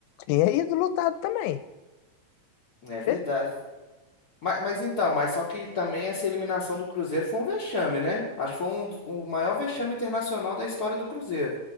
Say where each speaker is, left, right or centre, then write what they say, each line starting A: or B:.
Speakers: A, on the left (about 85°); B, on the left (about 20°).
A: tinha ido lutado também.
B: É verdade.
A: Certeza.
B: Mas, mas então, mas só que também essa eliminação do Cruzeiro foi um vexame, né? Acho que foi um, dos- o maior vexame internacional da história do Cruzeiro.